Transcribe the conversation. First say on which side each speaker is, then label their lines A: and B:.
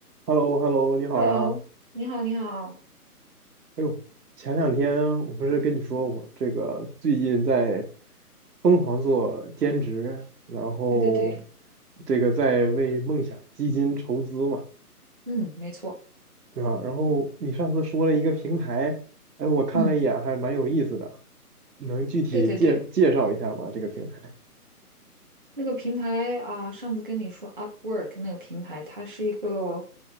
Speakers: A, on the right (about 85°); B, on the right (about 35°).
A: h e l l o h e l l o 你好呀。
B: Hello，你好，你好，
A: 哎呦，前两天我不是跟你说我这个最近在疯狂做兼职，然后
B: 对对对，
A: 这个在为梦想基金筹资嘛，
B: 嗯，没错，
A: 对吧？然后你上次说了一个平台，哎，我看了一眼，
B: 嗯，
A: 还蛮有意思的，能具体介介绍一下吗？
B: 对对对，
A: 这个平台？
B: 那个平台啊，上次跟你说 Upwork 那个平台，它是一个